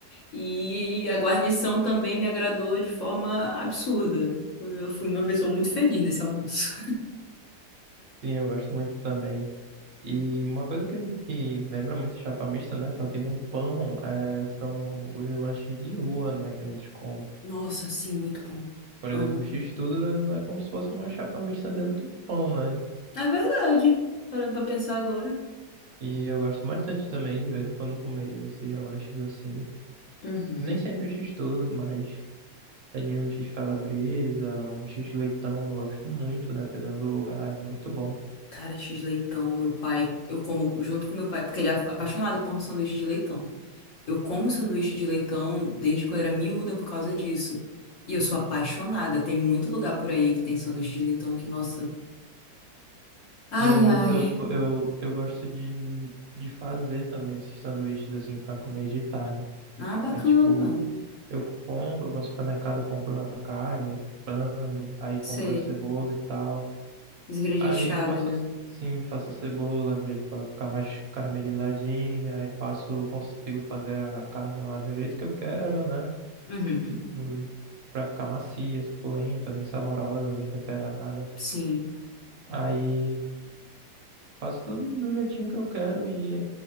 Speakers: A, on the left (about 55°); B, on the right (about 60°).
A: E a guarnição também me agradou de forma absurda. Eu fui uma pessoa muito feliz nesse almoço.
B: Sim, eu gosto muito também. E uma coisa que, que lembra muito chapa mista, né? Só que num pão, é, são os lanches de rua, né? Que a gente come.
A: <laughs> Nossa, sim, muito bom.
B: Por
A: Amo.
B: exemplo, o X-tudo é como se fosse uma chapa mista dentro do pão, né?
A: É verdade. Parando pra pensar agora.
B: E eu gosto bastante também, de vez em quando, comer esses lanches assim.
A: Uhum.
B: Nem sempre X-tudo, mas ali um X-calabresa, um X-leitão, eu gosto muito, né? Dependendo do lugar, é muito bom.
A: Cara, X leitão, meu pai, eu como junto com meu pai, porque ele é af- apaixonado por sanduíche de leitão. Eu como sanduíche de leitão desde que eu era miúda por causa disso. E eu sou apaixonada. Tem muito lugar por aí que tem sanduíche de leitão que, nossa. Ai,
B: E às vezes
A: ai.
B: eu, eu, eu gosto de, de fazer também esses sanduíches assim para comer de tarde.
A: Ah, bacana.
B: Aí, tipo, eu compro, vou no supermercado, compro a carne, o frango, aí compro
A: Sei.
B: a cebola e tal.
A: Os ingredientes-chave,
B: Aí faço
A: né?
B: as- sim, faço a cebola no jeito para ficar mais caramelizadinha, aí faço, consigo fazer a carne lá do jeito que eu quero, né?
A: Uhum.
B: Hum, Pra ficar macia, suculenta, bem saborosa, bem temperada.
A: Sim.
B: Aí faço tudo do jeitinho que eu quero e,